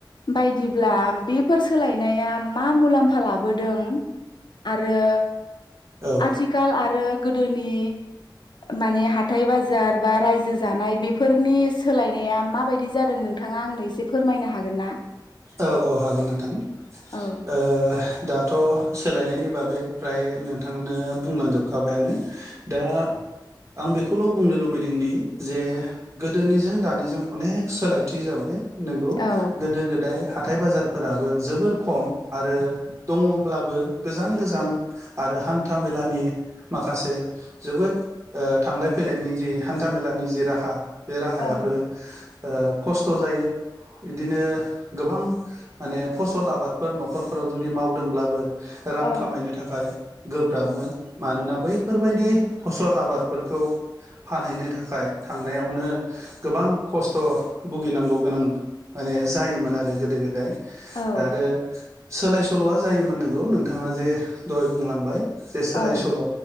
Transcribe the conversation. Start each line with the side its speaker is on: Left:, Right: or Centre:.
Left: बायदिब्ला बेफोर सोलायनाया मा मुलाम्फा लाबोदों? आरो
Right: औ
Left: आथिखाल आरो गोदोनि माने हाथाइ बाजार बा रायजो जानाय बेफोरनि सोलायनाया माबायदि जादों नोंथाङा आंनो एसे फोरमायनो हागोन ना?
Right: औ औ हागोन नोंथां
Left: औ
Right: ओ दाथ' सोलायनायनि बागै फ्राय नोंथांङनो बुंलांजोबखाबायानो दा आं बेखौल' बुंनो लुबैदोंदि जे गोदोनिजों दानिजों अनेक सोलायथि जाबाय नंगौ
Left: औ
Right: गोदो गोदाय हाथाय बाजारफोराबो जोबोर खम आरो दङब्लाबो गोजान गोजान आर आरो हान्था मेलानि माखासे जोबोद ओ थांलाय फैलायनि जि हान्था मेलानि जि राहा बे राहायाबो
Left: औ
Right: ओ खस्थ' जायो बिदिनो गोबां माने फसल आबादफोर न'खरफोराव जुदि मावदोंब्लाबो रां
Left: औ
Right: खामायनो थाखाय गोब्राबमोन मानोना बैफोरबायदि फसल आबादफोरखौ फानहैनो थाखाय थांनायावनो गोबां खस्थ' भुगिनांगौ गोनां माने जायोमोन आरो रो गोदो गोदाय
Left: औ
Right: दा आरो सोलाय सोल'आ जायोमोन नंगौ नोंथाङा जे दहाय बुंलांबाय। जे सोलाय
Left: औ
Right: सोल'